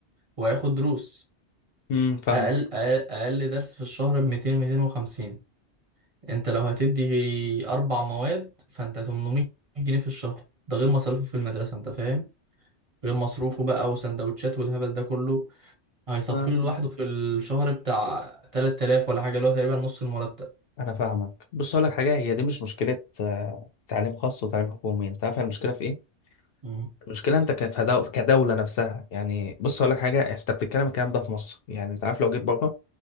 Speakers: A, on the right; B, on the left.
A: وهياخد دروس
B: مم، فاهمك
A: اقل اقل, أقل درس في الشهر ب 200 250 انت لو هتدي اربع مواد فانت 800 جنيه في الشهر ده غير مصاريفه في المدرسه انت فاهم غير مصروفه بقى وسندوتشات والهبل ده كله هيصفي
B: انا
A: له لوحده في الشهر بتاع 3000 ولا حاجه اللي هو تقريبا نص المرتب
B: أنا فاهمك بص اقول لك حاجه هي دي مش مشكله آه، تعليم خاص وتعليم حكومي انت عارف المشكله في ايه
A: مم.
B: المشكله انت كف- دو- كدوله نفسها يعني بص اقول لك حاجه انت بتتكلم الكلام ده في مصر يعني انت عارف لو جيت بره